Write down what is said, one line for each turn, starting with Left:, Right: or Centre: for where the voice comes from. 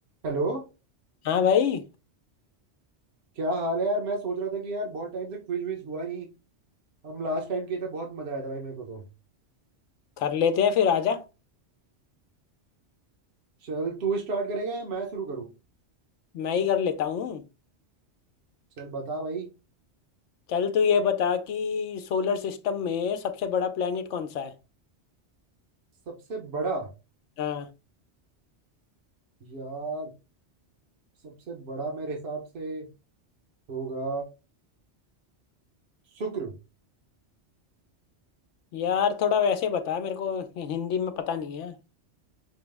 Right: Hello
Left: हाँ भाई
Right: क्या हाल है यार मैं सोच रहा था कि यार बहुत टाइम से क्विज विज हुआ नहीं हम लास्ट टाइम किए थे बहुत मजा आया था भाई मेरे को तो
Left: कर लेते हैं फिर आजा
Right: चल तू स्टार्ट करेगा या मैं शुरू करूँ
Left: मैं ही कर लेता हूँ
Right: चल बता भाई
Left: चल तू ये बता कि सोलर सिस्टम में सबसे बड़ा प्लेनेट कौन सा है
Right: सबसे बड़ा
Left: हाँ
Right: यार सबसे बड़ा मेरे हिसाब से होगा शुक्र
Left: यार थोड़ा वैसे बता मेरे को हिंदी में पता नहीं है